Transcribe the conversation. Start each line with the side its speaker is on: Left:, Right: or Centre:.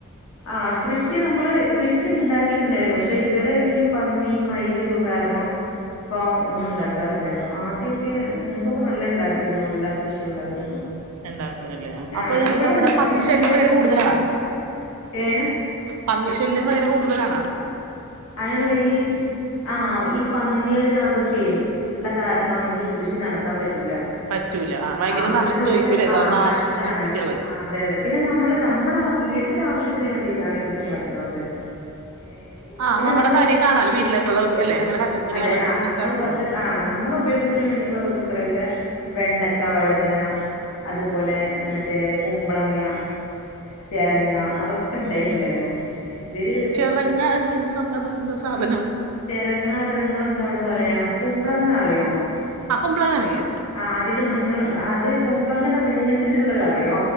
Left: ആഹ് കൃഷി നമ്മള് കൃഷി ഉണ്ടാക്കിട്ടുണ്ടായിരുന്നു പക്ഷെ ഇവരെ ഈ പന്നി മയിലൊക്കെ കാരണം ഇപ്പൊ ഒന്നും ഉണ്ടാക്കാറില്ല ആദ്യമൊക്കെ മുമ്പൊക്കെ നല്ല ഉണ്ടാക്കിയിരുന്നു എല്ലാ കൃഷിയും ഉണ്ടാക്കിയിരുന്നു
Right: ഉണ്ടാക്കിയല്ലേ അപ്പൊ
Left: ആഹ്
Right: ഞാൻ
Left: ഇവിടെ
Right: അവിടെ
Left: എന്ത്
Right: പന്നി
Left: ഉണ്ടാക്കിയാലും
Right: ശല്ല്യം എല്ലാം ഭയങ്കര കൂടുതലാണോ
Left: ഏഹ്
Right: പന്നി ശല്യം ഭയങ്കര കൂടുതലാണോ
Left: അങ്ങനെയല്ല ഈ ആഹ് ഈ പന്നികള് അതൊക്കെ ഉള്ള കാരണം നമുക്ക് കൃഷി നടത്താൻ പറ്റൂല
Right: പറ്റൂല ആ ഭയങ്കര
Left: ആഹ് പിന്നെ
Right: നഷ്ടമായിരിക്കുംല്ലേ
Left: നമ്മള് ആഹ്
Right: നാശ
Left: നഷ്ടാണ്
Right: നശിപ്പിച്ച് കളയും
Left: ആഹ് അതെ അതെ പിന്നെ നമ്മള് നമ്മൾ ആ വീട്ടിലെ ആവശ്യത്തിന് വേണ്ടിയിട്ടാണ് കൃഷി നടത്തുന്നത് ഏഹ് ഇവിടെ
Right: ആ
Left: പിന്നെ
Right: നമ്മുടെ
Left: നമ്മൾ
Right: കാര്യം കാണാലോ വീട്ടിലേക്കുള്ള
Left: ആ
Right: അല്ലെ അങ്ങനെ പച്ചക്കറികള്
Left: അതെ ആഹ്
Right: അങ്ങനത്തെ
Left: നമ്മൾ പച്ച
Right: ആ
Left: ആഹ് നമ്മൾ ഉപയോഗ- ത്തിന് വേണ്ടിയിട്ടുള്ള പച്ചക്കറിയോക്കെ വെണ്ടക്ക വഴുതന അതുപോലെ മറ്റേ കുമ്പളങ്ങ ചിരങ്ങ അതൊക്കെ ഉണ്ടായിട്ടുണ്ടായിരുന്നു പക്ഷെ ഇവര്
Right: ചിരങ്ങ അത് എന്താ സാധനം
Left: ചിരങ്ങ റഞ്ഞ നിങ്ങെന്താ അവിടെ പറയാ കുമ്പ്ളങ്ങാറിയോ
Right: ആഹ് കുമ്പളങ്ങ അറിയാം
Left: ആഹ് അതിന്റെ നീ അത് കുമ്പളങ്ങ നീണ്ടിട്ടുള്ളത് അറിയോ